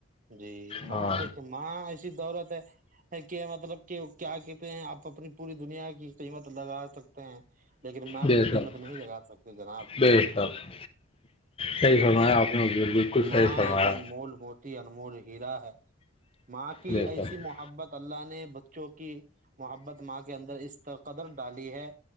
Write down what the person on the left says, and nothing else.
ہاں
بے
شک
بے شک صحیح
فرمایا آپ نے حضور بالکل
صحیح فرمایا
بے
شک